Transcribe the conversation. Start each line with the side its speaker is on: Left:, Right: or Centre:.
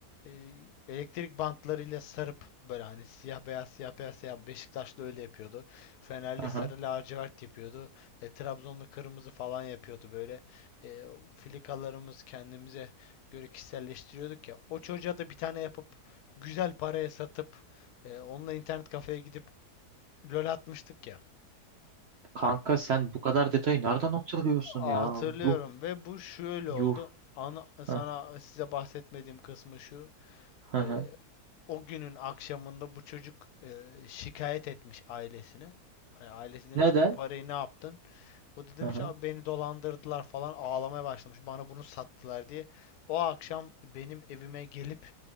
Left: e, elektrik bantlarıyla sarıp böyle hani siyah beyaz siyah beyaz siyah Beşiktaşlı öyle yapıyordu. Fenerli
Right: Aha.
Left: sarı lacivert yapıyordu. E, Trabzonlu kırmızı falan yapıyordu böyle. E, filikalarımız kendimize göre kişiselleştiriyorduk ya. O çocuğa da bir tane yapıp güzel paraya satıp e, onunla internet kafeye gidip LOL atmıştık ya.
Right: Kanka sen bu kadar detayı nereden hatırlıyorsun
Left: Aa,
Right: ya?
Left: Hatırlıyorum
Right: Yuh
Left: ve bu şöyle oldu.
Right: yuh.
Left: Ana, sana
Right: Hah,
Left: size bahsetmediğim kısmı şu.
Right: hı hı.
Left: Ee, o günün akşamında bu çocuk e, şikayet etmiş ailesine. Hani ailesi demiş
Right: Neden?
Left: ki bu parayı ne yaptın? O da demiş
Right: Hı hı.
Left: abi beni dolandırdılar falan ağlamaya başlamış. Bana bunu sattılar diye. O akşam benim evime gelip